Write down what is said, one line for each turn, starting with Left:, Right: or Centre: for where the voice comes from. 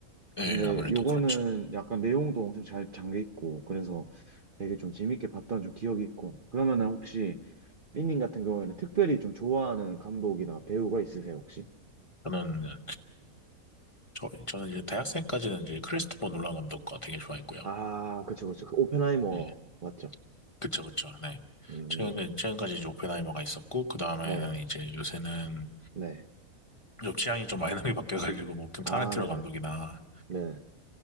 Left: 네,
Right: 근데
Left: 아무래도
Right: 요거는
Left: 그렇죠.
Right: 약간 내용도 엄청 잘 잠겨 있고, 그래서 되게 좀 재밌게 봤던 좀 기억이 있고. 그러면은 혹시 삐님 같은 경우에는 특별히 좀 좋아하는 감독이나 배우가 있으세요, 혹시?
Left: 저는, 저, 저는 이제 대학생까지는 이제 크리스토퍼 놀란 감독과 되게 좋아했고요.
Right: 아, 그쵸, 그쵸. 그 오펜하이머
Left: 네.
Right: 맞죠?
Left: 그쵸, 그쵸. 네.
Right: 음,
Left: 최근에, 최근까지 이제 오펜하이머가 있었고, 그 다음에는
Right: 네네.
Left: 이제 요새는
Right: 네.
Left: 좀 취향이 좀 많이 나게 <laughs> 바뀌어가지고, 뭐, 그
Right: 아,
Left: 타란티노
Right: 네네.
Left: 감독이나,
Right: 네.